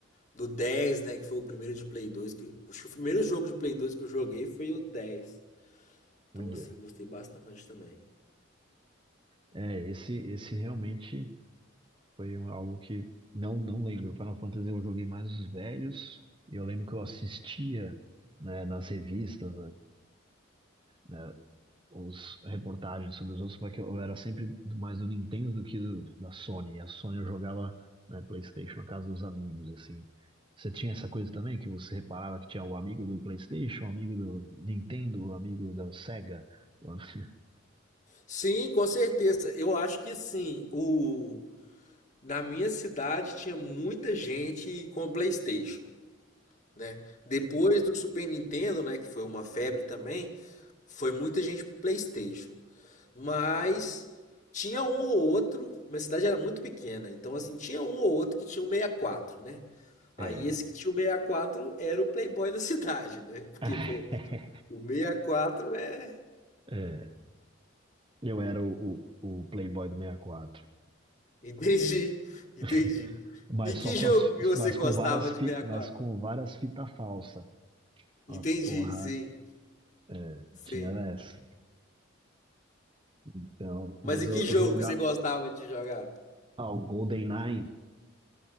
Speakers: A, on the left (about 35°); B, on the right (about 25°).
A: do 10, né? Que foi o primeiro de Play 2. Que, acho que o primeiro jogo de Play 2 que eu joguei foi o dez. Então,
B: Olha,
A: assim, gostei bastante também.
B: é, esse, esse realmente foi um- algo que não, não lembro. Final Fantasy eu joguei mais os velhos, e eu lembro que eu assistia, né, nas revistas, né, os reportagens sobre os outros, porque eu era sempre mais do Nintendo do que do- da Sony. E a Sony eu jogava na PlayStation, na casa dos amigos, assim. Você tinha essa coisa também que você reparava que tinha o amigo do PlayStation, o amigo do Nintendo, o amigo da Sega. <laughs>
A: Sim, com certeza. Eu acho que sim. O... Na minha cidade tinha muita gente com PlayStation. né? Depois do Super Nintendo, né, que foi uma febre também, foi muita gente pro PlayStation. Mas tinha um ou outro, minha cidade era muito pequena, então assim, tinha um ou outro que tinha um 64, né? Aí
B: É,
A: esse que tinha o 64 era o playboy da <laughs> cidade, né? Porque,
B: é,
A: pô,
B: <laughs>
A: o 64 é...
B: é. Eu era o, o, o Playboy do 64.
A: Entendi, <laughs> entendi.
B: <laughs> Mas
A: E que
B: só com
A: jogo
B: as,
A: que você
B: mas
A: gostava
B: com várias,
A: de
B: fi-
A: 64?
B: mas com várias fita falsa. Ó,
A: Entendi,
B: porra,
A: sim,
B: é,
A: sim.
B: tinha essa. Então, mas
A: Mas e
B: eu,
A: que jogo
B: eu jogar.
A: que você gostava de jogar?
B: Ah, o GoldenEye,